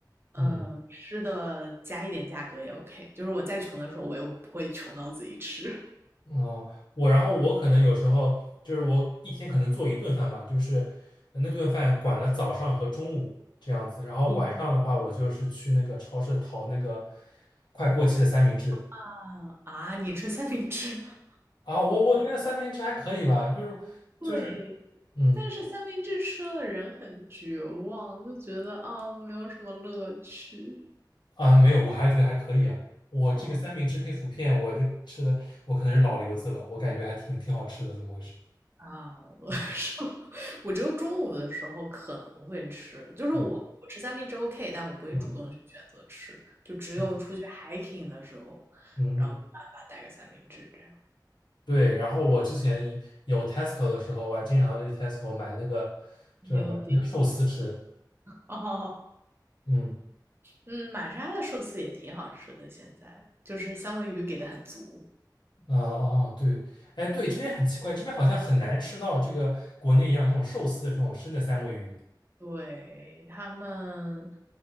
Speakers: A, on the right (about 30°); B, on the left (about 75°).
A: 嗯、
B: 嗯
A: 呃吃的加一点价格也 OK。就是我再穷的时候，我也不会穷到自己吃。
B: 嗯啊，我然后我可能有时候就是我一天可能做一顿饭吧，就是那顿饭管了早上和中午这样子，然后晚上的话我就是去那个超市淘那个
A: 嗯
B: 快过期的三明治
A: <laughs> 嗯啊，你吃三明治？<laughs>
B: 啊，我我觉得三明治还可以吧，就是就是
A: 对，
B: 嗯。
A: 但是三明治吃了人很绝望，就觉得啊、没有什么乐趣。
B: 啊，没有，我还觉得还可以啊。我这个三明治配薯片，
A: 哦，
B: 我这吃的我可能是老留子了，我感觉还挺挺好吃的，怎么回事？
A: 啊，我说
B: 嗯
A: <laughs> 我只有中午的时候可能会吃，就是我我吃三明治
B: 嗯
A: OK，但我不会主动去选择吃，
B: 嗯
A: 就只有出去
B: 嗯
A: hiking 的时候，
B: 嗯嗯，
A: 然后没办法带个三明治这样。
B: 对。然后我之前一有 Tesco 的时候，我还经常去 Tesco 买那个
A: 没有底
B: 叫什么那个寿司吃。
A: 哦，
B: 嗯
A: 嗯，玛莎的寿司也挺好吃的，现在就是三文鱼给的很足。
B: 啊哦对，哎对，这边很奇怪，这边好像很难吃到这个国内一样这种寿司的这种生的三文鱼。
A: 对，他们，